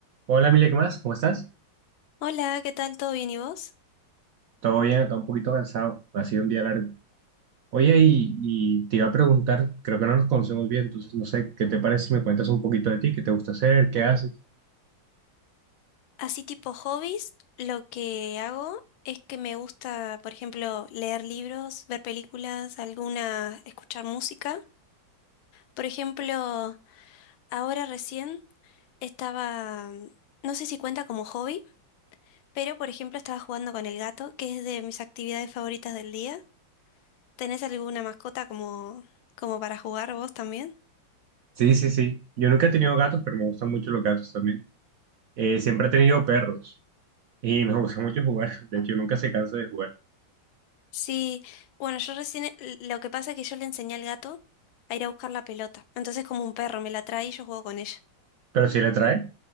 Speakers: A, on the right; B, on the left.
A: Hola, Emilia, ¿qué más? ¿Cómo estás?
B: Hola, ¿qué tal? ¿Todo bien y vos?
A: Todo bien, acá un poquito cansado. Ha sido un día largo. Oye, y, y te iba a preguntar, creo que no nos conocemos bien, entonces no sé, ¿qué te parece si me cuentas un poquito de ti? ¿Qué te gusta hacer? ¿Qué haces?
B: Así tipo hobbies, lo que hago es que me gusta, por ejemplo, leer libros, ver películas, alguna, escuchar música. Por ejemplo, ahora recién estaba, mm, no sé si cuenta como hobby, pero por ejemplo estaba jugando con el gato, que es de mis actividades favoritas del día. ¿Tenés alguna mascota como, como para jugar vos también?
A: Sí, sí, sí. Yo nunca he tenido gatos, pero me gustan mucho los gatos también. Eh, siempre he tenido perros y me <laughs> gusta mucho jugar. De hecho, nunca se cansa de jugar.
B: Sí, bueno, yo recién, l- lo que pasa es que yo le enseñé al gato a ir a buscar la pelota. Entonces como un perro, me la trae y yo juego con ella.
A: Pero si le trae,